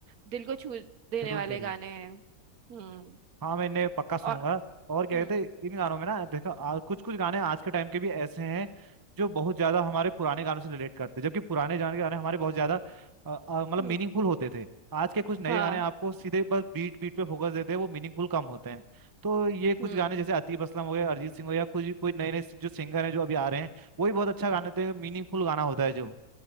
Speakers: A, on the right; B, on the right.
A: दिल को छू देने
B: जरूर
A: वाले
B: जरूर
A: गाने हैं हम्म
B: हाँ मैं इन्हें पक्का सुनूंगा
A: और
B: और क्या
A: हम्म
B: कहते हैं इन गानों में ना देखो आ, कुछ कुछ गाने आज के टाइम के भी ऐसे हैं जो बहुत ज्यादा हमारे पुराने गानों से रिलेट करते हैं जबकि पुराने गाने के गाने हमारे बहुत ज्यादा अ, अ, मतलब
A: हम्म
B: मीनिंगफुल होते थे आज के कुछ नए
A: हाँ
B: गाने आपको सीधे बस बीट बीट पे फोकस देते हैं वो मीनिंगफुल कम होते हैं तो ये कुछ
A: हम्म
B: गाने जैसे आतिफ असलम हो गए अरिजीत सिंह हो गया कुछ कोई नए नए जो सिंगर हैं जो अभी आ रहे हैं वही बहुत अच्छा गाने थे मीनिंगफुल गाना होता है जो